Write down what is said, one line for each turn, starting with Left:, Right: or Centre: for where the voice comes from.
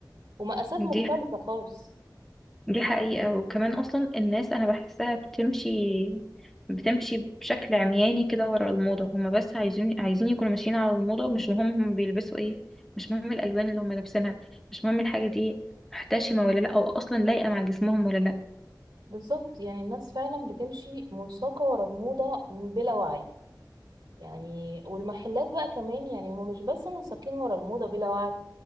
Right: ومقاسات مختلفة
Centre: دي
Right: خالص
Centre: دي حقيقة وكمان أصلا الناس أنا بحسها بتمشي بتمشي بشكل عمياني كده ورا الموضة هما بس عايزين عايزين يكونوا ماشيين على الموضة مش مهم هما بيلبسوا ايه مش مهم الألوان اللي هما لابسينها مش مهم الحاجة دي محتشمة ولا لأ أو أصلا لايقة مع جسمهم ولا لأ
Right: بالظبط يعني الناس فعلا بتمشي منساقة ورا الموضة بلا وعي يعني والمحلات بقى كمان يعني هم مش بس منساقين ورا الموضة بلا وعي